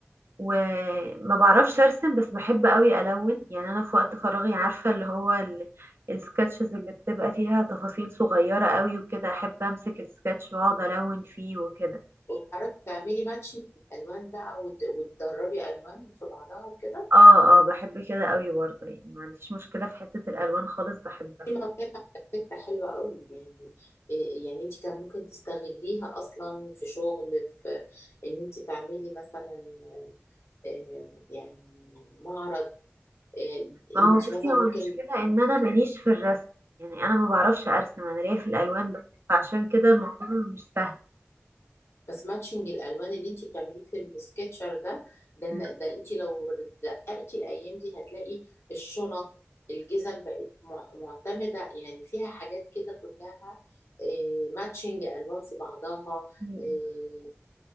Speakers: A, on the right; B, on the left.
A: وما بعرفش ارسم بس بحب قوي الون يعني انا في وقت فراغي عارفه اللي هو ال... السكتشز اللي بتبقى فيها تفاصيل صغيره قوي وكده احب امسك السكتش واقعد الون فيه وكده
B: وبتعرفي تعملي ماتشنج الالوان بقى وت- وتدربي الوان في بعضها وكده
A: اه اه بحب كده قوي برضه يعني ما عنديش مشكلة في حتة الألوان خالص بحبها
B: دي موهبه على فكره حلوه قوي يعني إيه- يعني انت كان ممكن تستغليها اصلا في شغل في ان انت تعملي مثلا آه، يعني معرض آه،
A: ما
B: انت
A: هو بصي
B: مثلا
A: هو
B: ممكن
A: المشكلة ان انا ماليش في الرسم يعني انا ما بعرفش ارسم انا ليا في الألوان بس فعشان كده الموضوع مش سهل
B: بس ماتشنج الالوان اللي انت بتعمليه في السكتشر ده ده إن-
A: م-
B: ده انت لو دققتي الايام دي هتلاقي الشنط الجزم بقت مع- معتمده يعني فيها حاجات كده كلها ماتشنج الوان في بعضها
A: م-
B: آه،